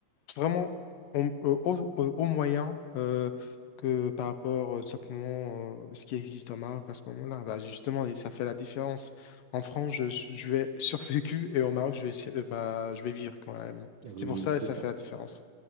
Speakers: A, on the left; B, on the right.
A: vraiment au, euh, au- au- au moyen euh, que par rapport euh, simplement euh, ce qui existe au Maroc à ce moment-là. Bah, justement, et ça fait la différence. En France, je, je vais <laughs> survécu et au Maroc, je vais, essa- euh, bah, je vais vivre quand même.
B: oui,
A: C'est pour ça
B: c'est
A: et ça
B: ça.
A: fait la différence.